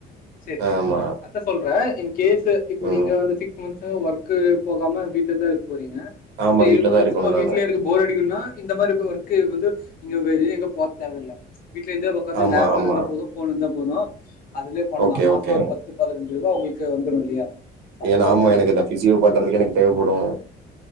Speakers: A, on the left; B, on the right.
A: சேரி சேரி
B: ஆமா
A: சேரி அத்தா சொல்ற இன் கேஸ் இப்ப
B: ம்
A: நீங்க வந்து ஒர்கு போகாம வீட்ல தா இருக்க போறீங்க
B: ஆமா
A: இது
B: வீட்லதா
A: பண்
B: இருக்கணு
A: சும்மா வீட்லயே
B: நானு
A: இருக்க போர் அடிக்குனா இந்த மாரி ஒர்க்கு வந்து நீங்க வெளிய எங்க போ தேவயில்ல வீட்ல இருந்தே உட்காந்து
B: ஆமா
A: லேப்
B: ஆமா
A: இருந்தாபோது போன் இருந்தா போது அதுலயே பண்லா
B: ஓகே
A: மாசோ
B: ஓகே
A: ஒரு பத் து பதினஞ்சு ரூபா உங்களுக்கு வந்துரு இல்லையா அதுக்காக
B: எனா ஆமா
A: சொன்ன
B: எனக்கு இந்த பிசியோ பண்றதுக்கு எனக்கு தேவப்படு